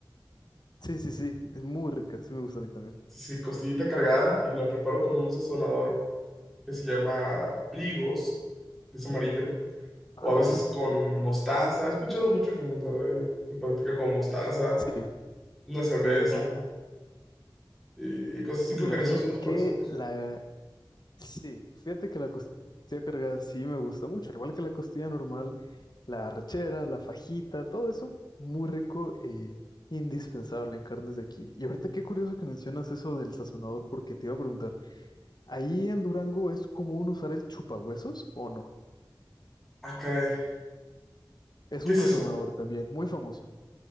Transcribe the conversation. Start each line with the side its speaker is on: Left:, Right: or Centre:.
Left: Sí, sí, sí. Es muy rica. Sí me gusta a mí también.
Centre: Sí, sí, costillita cargada y la preparo con un sazonador que se llama Prigos, es amarillo,
Left: Ah,
Centre: o a veces
Left: ok.
Centre: con mostaza. He escuchado mucho que en Monterrey lo practican con mostaza,
Left: Sí,
Centre: una cerveza
Left: sí, sí, sí.
Centre: y, y cosas así.
Left: Mira,
Centre: Creo que en
Left: fíjate
Centre: eso sí nos parecemos.
Left: que la... Sí, fíjate que la costilla cargada sí me gusta mucho, al igual que la costilla normal, la arrachera, la fajita, todo eso, muy rico e indispensable en carnes de aquí. Y ahorita qué curioso que mencionas eso del sazonador, porque te iba a preguntar, ¿ahí en Durango es común usar el chupahuesos o no?
Centre: Ah, caray,
Left: Es
Centre: ¿qué
Left: un
Centre: es
Left: sazonador
Centre: eso?
Left: también, muy famoso.